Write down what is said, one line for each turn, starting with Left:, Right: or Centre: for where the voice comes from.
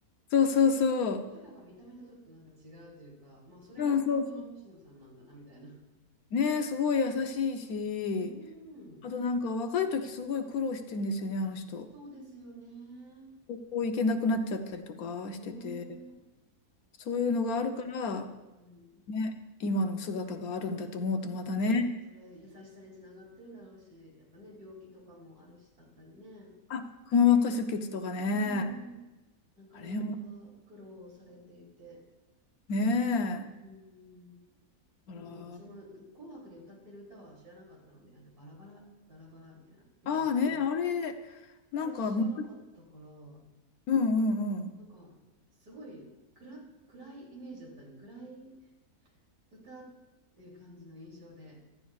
Left: そうそうそう。
Right: キャラが見た目とちょっとなんか違うというか、まあそれが本当の星野さんなんだな、
Left: うんそうそ
Right: みたいな。
Left: う。ね、すごい優しいし、
Right: <laughs> うーん、
Left: あとなんか若い時すごい苦労してんですよね、あの人。
Right: そうですよね。
Left: 高校行けなくなっちゃったりとかしてて、
Right: うーん、
Left: そういうのがあるから、
Right: そう、うん。
Left: ね、今の姿があるんだと思うとまたね、
Right: 本当、それ優しさにつながってるだろうし、やっぱね、病気とかもあるし、あったりね。
Left: あ、くも膜下出血とかね、
Right: うーん、なかなか苦労されていて。
Left: あれもねえ、
Right: うーん。
Left: あら、
Right: でも、その、
Left: あ
Right: う紅白で歌ってる歌は知らなかったので、あとバラバラ、バラバラみたいな歌ですね。
Left: あーね、あれ、なんか、
Right: あれ知らなかったから、
Left: むうんうんうん、
Right: なんか、すごい暗、暗いイメージだったね。暗い歌っていう感じの印象で、